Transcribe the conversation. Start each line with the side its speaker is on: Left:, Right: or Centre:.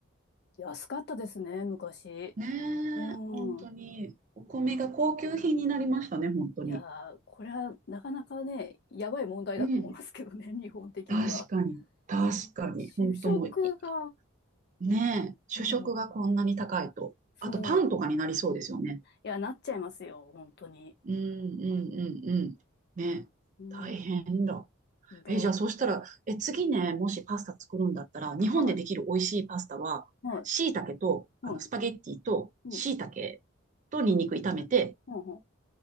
Left: 安かったですね、昔。
Right: ね
Left: うん。
Right: え、本当に。お米が高級品になりましたね、本当に。
Left: いやー、これはなかなかね、やばい問題だと思いますけどね、
Right: うん。
Left: <laughs> 日本的には。
Right: 確かに、確かに。
Left: うん主食が、
Right: 本当もうい、ねえ、主食がこんなに高いと。
Left: うん。そう。
Right: あと、パンとかになりそうですよね。
Left: いや、なっちゃいますよ、本当に。
Right: うん、うん、うん、うん。ねえ、
Left: うん。
Right: 大変だ。
Left: ど
Right: え、じゃあ、そうしたら、え、次ね、もしパスタ作るんだったら、日本でできる美味しいパスタは、
Left: はい、はい、
Right: 椎茸と、
Left: うん、
Right: あの、スパゲッティと、椎茸
Left: うん、
Right: とニンニク炒めて、
Left: うん、うん。